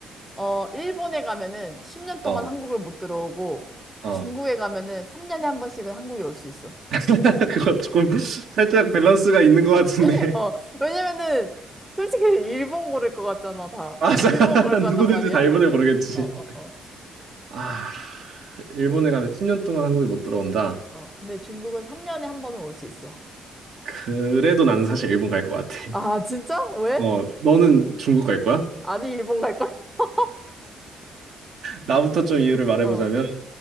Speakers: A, in the centre; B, on the right.
A: 어, 일본에 가면은 10년 동안
B: 어. 어.
A: 한국을 못 들어오고
B: 어.
A: 중국에 가면은 3년에 한 번씩은 한국에 올 수 있어.
B: <laughs> 그거 조금 살짝 밸런스가 있는 것 같은데.
A: <laughs> 어, 왜냐면은 솔직히 일본 고를 것 같잖아, 다.
B: <laughs> 맞아.
A: 일본 고를 것
B: 누구든지
A: 같단 말이야?
B: 다 일본을 고르겠지.
A: 어, 어, 어.
B: 아, 일본에
A: 이,
B: 가면 10년 동안 한국에 못 들어온다.
A: 어. 근데 중국은 3년에 한 번은 올 수 있어.
B: 그래도 나는 사실 일본 갈 것 같아.
A: 아, 진짜? 왜?
B: 어, 너는 중국 갈 거야?
A: 아니, 일본 갈 거야. <laughs>
B: 나부터 좀 이유를 말해보자면
A: 어,